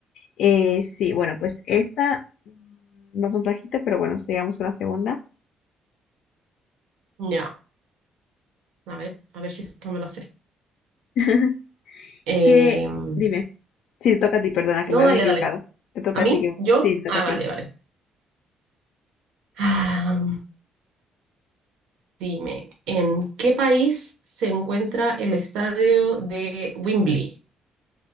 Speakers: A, on the left; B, on the right.
A: Eh, sí, bueno, pues esta mm, vamos bajita, pero bueno, sigamos con la segunda.
B: Ya, a ver, a ver si esto me lo hace.
A: <laughs>
B: Em,
A: ¿Qué? Dime. Sí, te toca a ti, perdona que
B: no,
A: me había
B: dale,
A: equivocado.
B: dale.
A: Te toca
B: ¿A mí?
A: a ti. que-
B: ¿Yo?
A: Sí, te toca
B: Ah,
A: a
B: vale,
A: ti.
B: vale. Ah, dime, ¿en qué país se encuentra el estadio de Wembley?